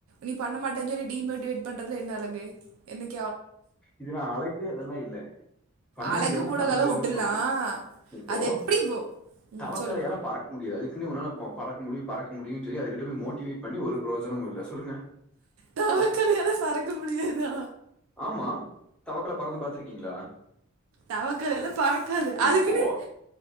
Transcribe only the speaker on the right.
நீ பண்ண மாட்டா சொல்லி டீமோட்டிவேட் பண்றதுல என்ன அழகு எனக்
அழகு
புலகெல்லாம்
விட்டுலாம்
அது எப்படி இப்போ ம்
சொல்லுங்க
தவக்கலையால
பறக்க முடியாதா
தவக்கலையால பறக்காது அதுக்குன்னு